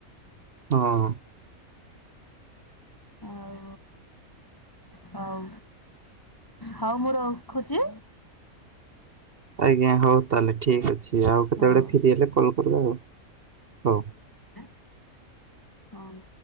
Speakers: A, on the right (about 50°); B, on the left (about 15°).
A: ହଁ।
B: ଆଉ ହଉ ହଉ ମୁଁ ରଖୁଚି?
A: ଆଜ୍ଞା ହୋଉ ତାହେଲେ ଠିକ ଅଛି। ଆଉ କେତେବେଳେ
B: ହଉ
A: ଫ୍ରି ହେଲେ କଲ କରିବେ ଆଉ ହୋଉ।
B: ଆଁ ହଁ।